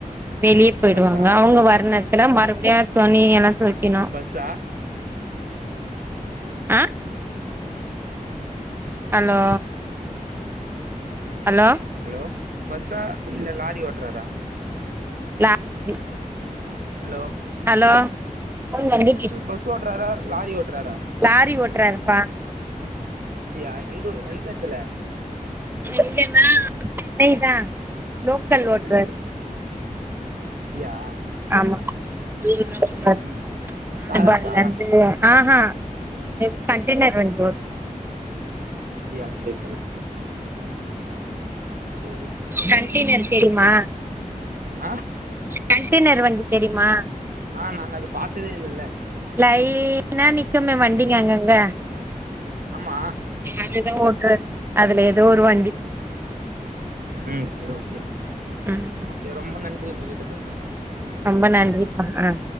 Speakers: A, on the right (about 15°); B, on the right (about 85°).
A: வெளியப் பொயிடுவாங்க
B: பஸ்ஸா
A: அவுங்க வர நேரத்துல மறுபடியு துணி எல்லா தொய்க்குனு
B: பஸ்ட்டா
A: அ ஹலோ ஹலோ
B: ஹலோ பஸ்ஸா இல்ல லாரி ஓட்றாரா
A: லாரி
B: ஹலோ
A: ஹலோ ஃபோன் வந்து
B: பஸ் பஸ்ஸு ஓட்றாரா லாரி ஓட்றாரா
A: லாரி ஓட்றாருப்பா
B: அப்டியா எந்த ஊ எந்த எடத்துல
A: எங்கனா சென்னை தா லோக்கல் ஓட்றாரு
B: சென்னை அப்டியா
A: ஆமா கொஞ்ச தூரோ தா
B: ம்
A: போவார்
B: ம் தாராசா
A: ஹார்பர்லர்ந்து அஹா இது கண்டைனர் வண்டி லோடு
B: அப்டியா சேரி சேரி சேரி
A: கண்டெயினர் தெரியுமா
B: ஆ
A: கண்டடெய்னர் வண்டி தெரியுமா
B: ஆ நாங்க அத பாத்ததே இல்லல்ல
A: லைனா நிக்குமே வண்டிங்க அங்கங் ங்க
B: ஆமா
A: அது தா ஓட்டுறாரு அதுல ஏதோ ஒரு வண்டி
B: ம் சேரி ஓகே
A: ம்
B: சேரி ரொம்ப நன்றி உங்க கிட்ட பேசன்து
A: ரொம்ப நன்றிப்பா ஆ